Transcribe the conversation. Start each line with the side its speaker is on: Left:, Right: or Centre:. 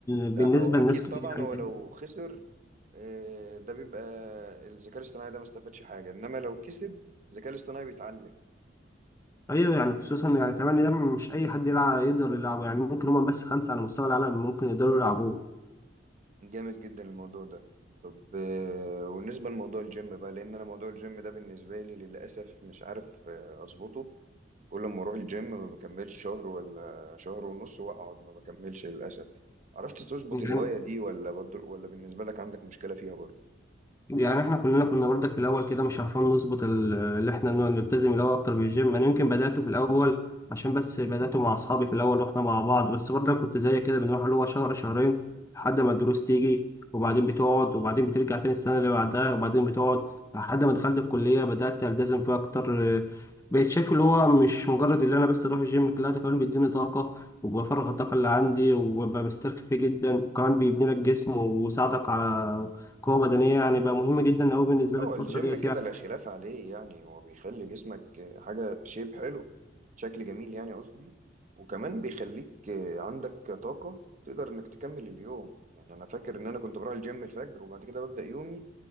Left: بالنسبة
Right: ده أو أكيد
Left: لناس كتير
Right: طبعا
Left: يعني
Right: هو لو خسر آه، ده بيبقى الذكاء الاصطناعي ده ما استفادش حاجة إنما لو كسب الذكاء الاصطناعي بيتعلم
Left: ايوه يعني خصوصا يعني كمان ده مش اي حد يلعب يقدر يلعبه يعني ممكن هما بس خمسه على مستوى العالم ممكن يقدروا يلعبوه
Right: جامد جدا الموضوع ده طب آه، والنسبة لموضوع الجيم بقى لأن أنا موضوع الجيم ده بالنسبة لي للأسف مش عارف آه، أظبطه كل ما أروح الجيم ما بكملش شهر ولا شهر ونص وأقعد ما بكملش للأسف عرفت تظبط
Left: يعني
Right: الهواية دي ولا برضه ولا بالنسبة لك عندك مشكلة فيها برضه
Left: يعني احنا كلنا كنا برضك في الاول كده مش عارفين نظبط ال- اللي احنا نوع- نلتزم الاول اكتر بالجيم انا يمكن بداته في الاول عشان بس بداته مع اصحابي في الاول واحنا مع بعض بس برضك كنت زي كده بنروح اللي هو شهر شهرين لحد ما الدروس تيجي وبعدين بتقعد وبعدين بترجع تاني السنه اللي بعدها وبعدين بتقعد لحد ما دخلت الكليه بدات التزم فيها اكتر بقيت شايف اللي هو مش مجرد اللي انا بس اروح الجيم لا ده كمان بيديني طاقه وبفرغ الطاقه اللي عندي وببقى مسترخي فيه جدا وكمان بيبني لك جسم ويساعدك على قوة بدنية يعني بقى مهم جدا أوي بالنسبة
Right: هو
Left: لي في الفترة
Right: الجيم
Left: ديت
Right: كده
Left: يعني
Right: لا خلاف عليه يعني هو بيخلي جسمك حاجة شيب حلو شكل جميل يعني قصدي وكمان بيخليك عندك طاقة تقدر إنك تكمل اليوم يعني أنا فاكر إن أنا كنت بروح الجيم الفجر وبعد كده ببدأ يومي